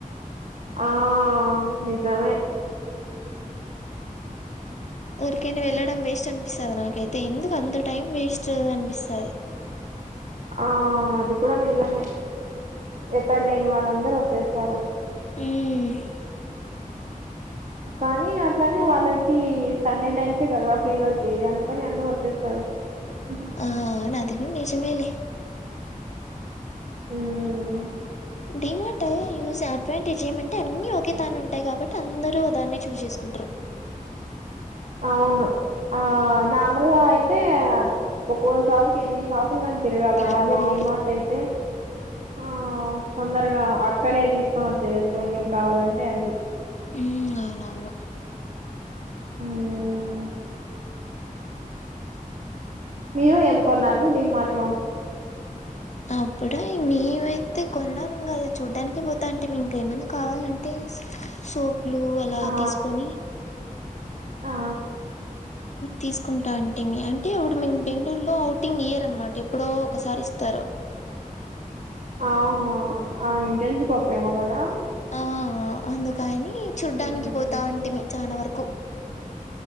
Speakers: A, on the right; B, on the left.
A: ఆ నిజమే
B: రికేని వెళ్ళడం వేస్ట్ అనిపిస్తుంది నాకైతే ఎందుకు అంత టైం వేస్ట్ అనిపిస్తుది
A: ఆ అది కూడా నిజమే ఎక్కడ లేని వాళ్ళందరుూ వచ్చేస్తారు
B: ఏ
A: కానీ అట్లానే వాళ్ళకి సండే టైమ్సే కదా ఫ్రీ దొరికేది అందుకని అందరు వచ్చేస్తారు ఉ
B: ఆ అవును అది నిజమేలే
A: ఉమ్
B: దీవా టాయే యూజ్ అడ్వాంటేజ్ ఏమంటే అన్ని ఒకే తాను ఉంటాయి కాబట్టి అందరుూ దాన్నే చూజ్ చేసుకుంటారు
A: అవును ఆ మామూలుగా అయితే ఒక్కో షాప్ కి ఎన్ని షాప్ లని తిరగల
B: తిరగలాడి
A: అదే డి మార్ట్ అయితే ఆ తొందరగా అక్కడే తీసుకొని వచ్చయచ్చు ఏం కావాలంటే అవి
B: మ్మ్ అవున అవును
A: ఉమ్ మీరు ఏం కొన్నారు డిమాట్లో
B: అప్పుడు మేమైతే కొనం ఇంకా అది చూడ్డానికి పోతా అంటే ఇంక ఏమైనా కావాలంటే సోపులు అలా
A: ఆ
B: తీసుకొని
A: ఆ
B: తీసుకుంటా అంటే అంటే ఇప్పుడు మేము బెంగళూరులో అఔటింగ్ ఇయర్ అనమాట ఎప్పుడో ఒకసారి ఇస్తారు
A: అవునా ఆ ఇంటర్న్షిప్ అప్పుడేమో కదా
B: ఆ అందుకని చూడ్డానికి
A: ఉమ్
B: పోతా ఉంటిేమి చాన వరకు